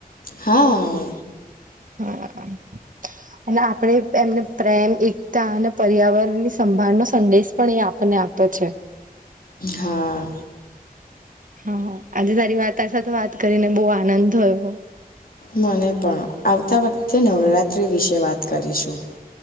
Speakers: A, on the left; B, on the right.
A: હા
B: <inaudible> અને આપણે એમને પ્રેમ એકતા અને પર્યાવરણ ની સંભાળનો સંદેશ પણ એ આપે આપણને આપે છે
A: હા
B: હા આજે તારી વાર્તા સાથે વાત કરીને બો આનંદ થયો.
A: મને પણ આવતા વખતે નવરાત્રિ વિશે વાત કરીશું.